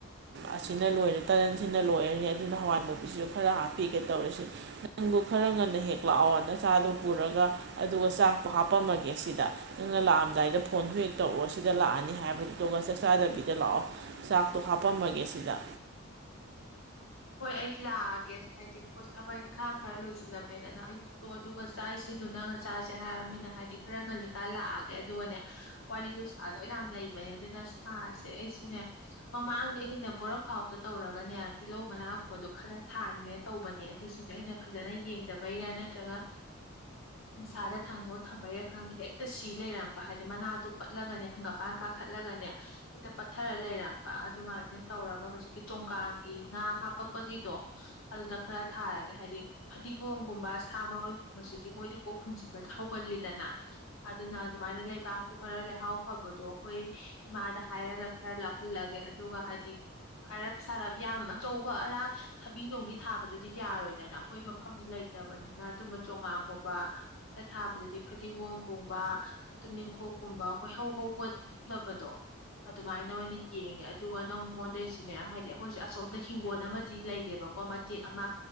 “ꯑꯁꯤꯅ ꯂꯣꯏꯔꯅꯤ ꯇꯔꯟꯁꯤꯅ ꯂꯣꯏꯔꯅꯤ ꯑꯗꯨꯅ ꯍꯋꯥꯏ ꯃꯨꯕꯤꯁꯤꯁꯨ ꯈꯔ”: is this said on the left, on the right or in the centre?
Right